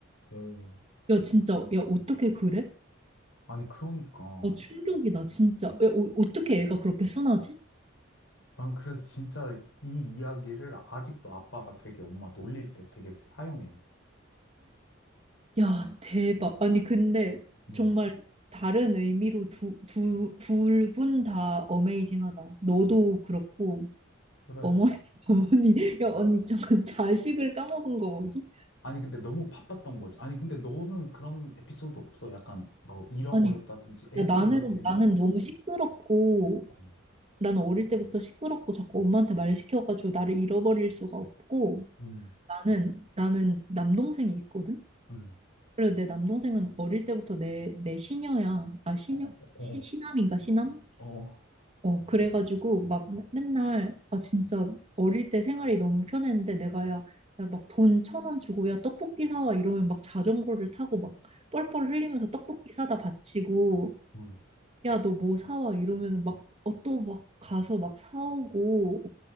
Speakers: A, on the left; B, on the right.
A: 오.
B: 야, 진짜, 야, 어떻게 그래?
A: 아니, 그러니까.
B: 아, 충격이다, 진짜. 야, 어, 어떻게 애가 그렇게 순하지?
A: 난 그래서 진짜 이 이야기를 아직도 아빠가 되게 엄마 놀릴 때 되게 사용해.
B: 야, 대박. 아니, 근데
A: 음.
B: 정말 다른 의미로 두, 두, 둘 분 다 어메이징하다. 너도 그렇고,
A: 그래.
B: 어머니, <laughs> 어머니, 야, 언니, 잠깐 자식을 까먹은 거 뭐지?
A: 아니, 근데 너무 바빴던 거지. 아니, 근데 너는 그런 에피소드 없어? 약간 뭐 잃어버렸다든지
B: 아니,
A: 애들
B: 야, 나는,
A: 잃어버리는
B: 나는
A: 거.
B: 너무 시끄럽고,
A: 어,
B: 나는 어릴 때부터 시끄럽고 자꾸 엄마한테 말 시켜가지고 나를 잃어버릴 수가 없고,
A: 음,
B: 나는, 나는 남동생이 있거든?
A: 음,
B: 그래서 내 남동생은 어릴 때부터 내, 내 시녀야. 아, 시녀?
A: 어, 어,
B: 시- 시남인가, 시남?
A: 어, 어.
B: 어, 그래가지고 막 맨- 날 아 진짜 어릴 때 생활이 너무 편했는데 내가 야, 야 막 돈 천 원 주고 야 떡볶이 사와 이러면 막 자전거를 타고 막 뻘뻘 흘리면서 떡볶이 사다 바치고
A: 음.
B: 야 너 뭐 사와 이러면 막 어 또 막 가서 막 사오고